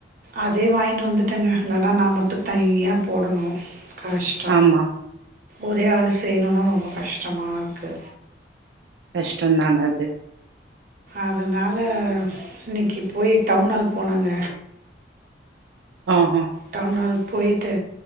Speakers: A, on the right; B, on the right.
A: அதே வாங்கின்னு வந்துட்டேங்க இல்லைன்னா நா மட்டு தனியா போடணு கஷ்டோ
B: ஆமா.
A: ஒரே ஆள்ளு செய்யணும்னா ரெம்ப கஷ்டமா இருக்கு
B: கஷ்டோந்தாங்க அது
A: அதனால இன்னைக்கி போய் டவுன்ஹால் போனாங்க
B: ஆஹ
A: டவுன்ஹால் போய்ட்டு